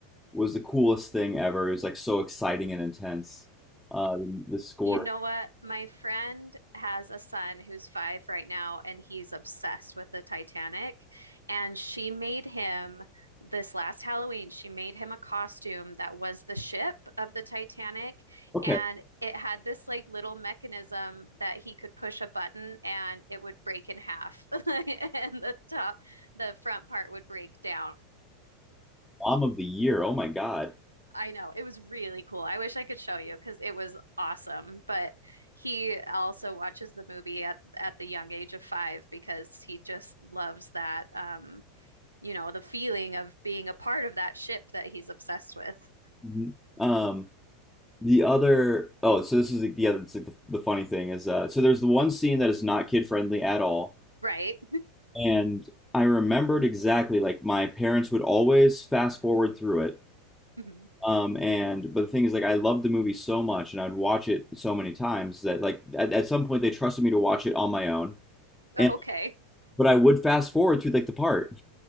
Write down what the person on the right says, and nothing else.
You know what? My friend has a son who's five right now, and he's obsessed with the Titanic. And she made him this last Halloween, she made him a costume that was the ship of the Titanic.
And it had this like little mechanism that he could push a button and it would break in half. <laughs> And the top, the front part would break down.
I know. It was really cool. I wish I could show you because it was awesome. But he also watches the movie at at the young age of five because he just loves that um, you know, the feeling of being a part of that ship that he's obsessed with.
Right.
Mhm. <laughs>
Okay.